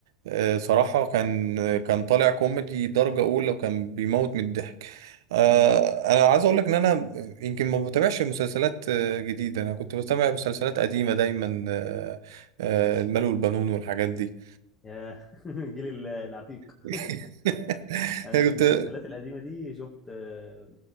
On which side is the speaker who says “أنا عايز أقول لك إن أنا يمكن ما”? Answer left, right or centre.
Right